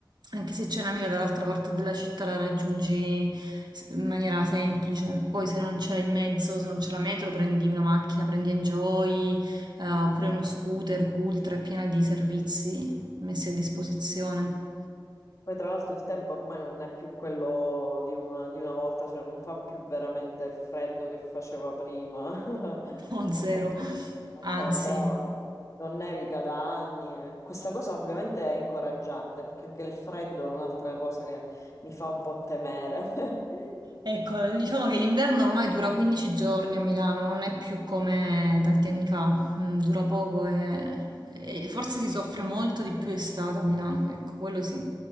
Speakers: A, on the right; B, on the left.
A: Anche se c'è un'amica dall'altra parte della città la raggiungi s- in maniera semplice. Poi se non c'è il mezzo, se non c'è la metro, prendi una macchina, prendi Enjoy, eh, oppure uno scooter, Cultra, è piena di servizi messi a disposizione.
B: Poi tra l'altro il tempo ormai non è più quello di una, di una volta, cioè non fa più veramente il freddo che faceva prima. <laughs>
A: <laughs> O zero.
B: Eh, per-
A: Anzi.
B: Cioè, bravo, no, non nevica da anni. eh. Questa cosa ovviamente è incoraggiante perché anche il freddo è un'altra cosa che mi fa un po' temere. <laughs>
A: Ecco, diciamo che l'inverno ormai dura 15 giorni a Milano, non è più come tanti anni fa, Mm, dura poco e, e forse si soffre molto di più estate a Milano, ecco, quello sì,